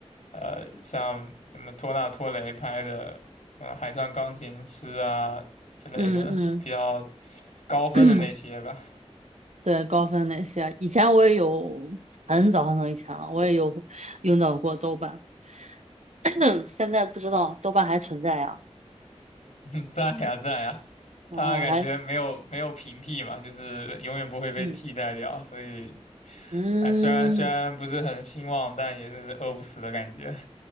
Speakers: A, on the left; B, on the right.
A: 呃，像什么托纳托雷拍的，呃，《海上钢琴师》啊之类的，
B: 嗯嗯。
A: 比较高分的那些吧，
B: <clears throat> 对，高分那些，以前我也有，很早很早以前了，我也有用到过豆瓣，<clears throat> 现在不知道豆瓣还存在呀。
A: <laughs> 在呀在呀，
B: 哦，
A: 他感觉没有没有平替嘛，
B: 还，
A: 就是永远不会被替代掉，
B: 嗯
A: 所以。
B: 嗯
A: 哎，虽然虽然不是很兴旺，但也是饿不死的感觉。